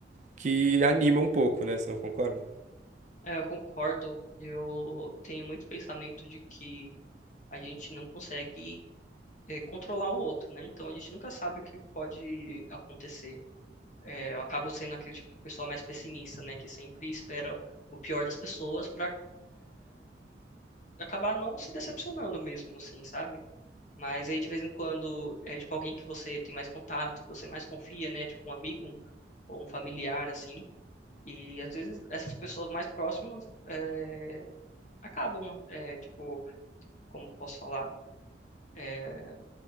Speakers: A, on the right; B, on the left.
A: que anima um pouco, né? Você não concorda?
B: É, eu concordo. Eu tenho muito pensamento de que a gente não consegue é, controlar o outro, né? Então a gente nunca sabe o que pode acontecer. É, eu acabo sendo aquele tipo de pessoa mais pessimista, né, que sempre espera o pior das pessoas para acabar não se decepcionando mesmo, assim, sabe? Mas aí de vez em quando é tipo alguém que você tem mais contato, que você mais confia, né? Tipo um amigo um- ou um familiar assim. E às vezes essas pessoas mais próximas é, acabam, é, tipo, como que eu posso falar? É,